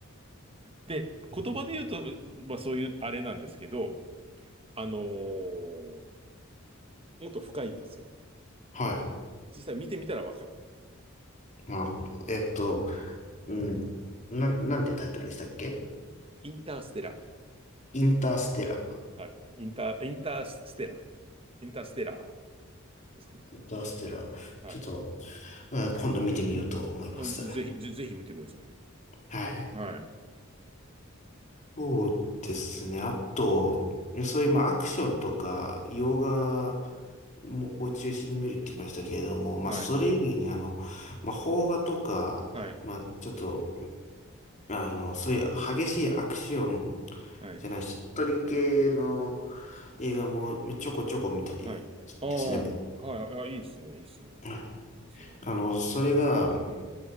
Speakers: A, on the right (about 25°); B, on the left (about 35°).
A: で、
B: うん
A: 言葉で言うと、まあそういうあれなんですけど、あのーもっと深いんですよ。
B: はい。
A: 実際見てみたらわかる。
B: なるほど。えっと、うん。な、なんてタイトルでしたっけ
A: インターステラ
B: インターステラ
A: ー。はい。インター、インターステラー。インターステラーですかね。
B: ー。インターステラー。
A: はい。
B: ちょっと、うん、今度見てみようと思います。
A: あぜひ、ぜ、ぜひ見てください。
B: はい。
A: はい。
B: そうですね。あと、そういうまあアクションとか、洋画もを中心に見るって言いましたけれども、まあそれ以外にあの、
A: はい。
B: まあ邦画とか、
A: はい。
B: まあちょっと、あの、そういう激しいアクション
A: はい。
B: じゃない、しっとり系の映画もまあちょこちょこ見たりするんですね、
A: はい。ああ、
B: 僕。
A: はい。あ、いいですね。いいですね。
B: はい。
A: いいですね。
B: あの、それが、うん
A: うん。